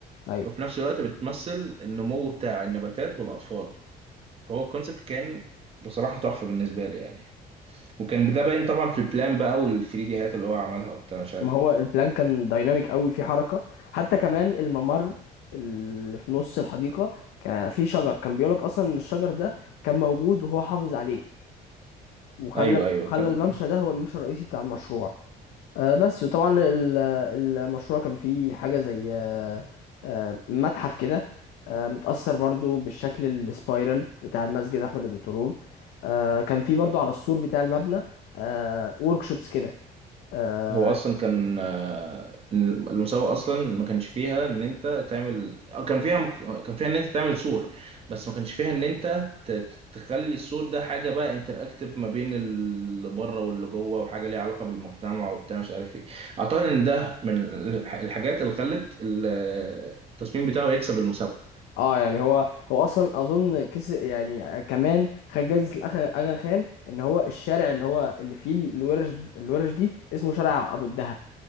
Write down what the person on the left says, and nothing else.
أيوه
ما هو
البلان كان دايناميك قوي في حركة حتى كمان الممر اللي في نص الحديقة كان فيه شجر كان بيقولك أصلا إن الشجر ده كان موجود وهو حافظ عليه وخلى
خلى
الممشى ده هو الممشى الرئيسي بتاع المشروع آه، بس وطبعا ال- المشروع كان فيه حاجة زي آه، آه، متحف كده آه، متأثر برضو بالشكل السبايرال بتاع المسجد أحمد بن طولون آه، كان فيه برضو على السور بتاع المبنى وركشوبس كده آه،
اه يعني هو هو اصلا اظن كس يعني كمان خد جايزه الاخ اغا خان ان هو الشارع اللي هو اللي فيه الورش الورش دي اسمه شارع ابو الدهب